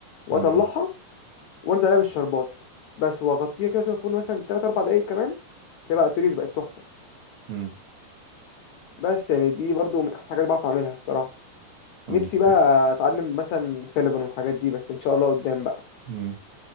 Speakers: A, on the left; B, on the right.
A: واطلعها
B: مم.
A: وانزل عليها بالشربات بس واغطيها كده واسيبها في الفرن مثلا تلات اربع دقايق كمان تلاقي بقى الطريقة بقت تحفه
B: مم.
A: بس يعني دي برضو من احسن حاجات بعرف اعملها الصراحه
B: طب
A: نفسي
B: ده
A: بقى
B: حلو
A: اتعلم مثلا سينابون والحاجات دي بس ان شاء الله قدام بقى
B: مم.